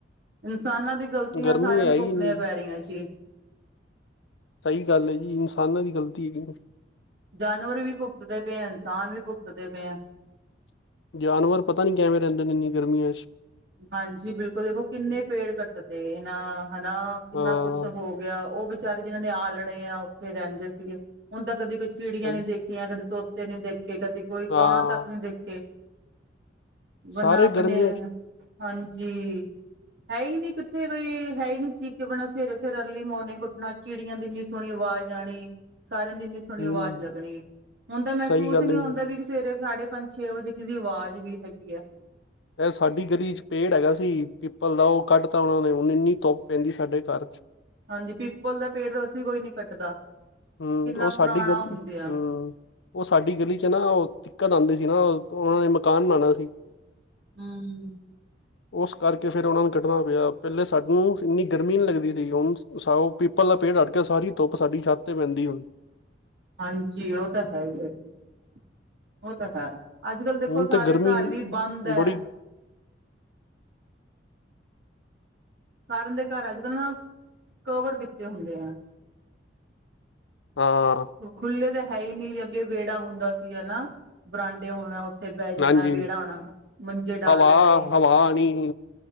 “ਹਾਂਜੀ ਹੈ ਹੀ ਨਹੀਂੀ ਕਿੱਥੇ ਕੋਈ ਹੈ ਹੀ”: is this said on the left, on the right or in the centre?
Right